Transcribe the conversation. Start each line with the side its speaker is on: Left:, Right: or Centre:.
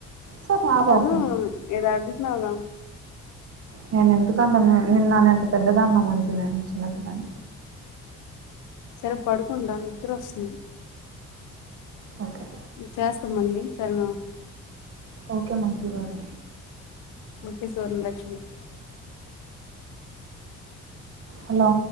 Right: సార్ రా బాబు
Left: అను ఏదు నాగావ్
Right: నేను ఎందుకుంటను నిన్నన్న ఎంత పెద్దద అన్న మంచు నేను చిన్నపిల్లల్ని
Left: సరే పడుకుండా నిద్ర వస్తుంది
Right: ఓకే
Left: చేస్తామండి సరేనా
Right: ఓకే మంజు గారు
Left: ఒకే సోరన్ లక్ష్మి
Right: హలో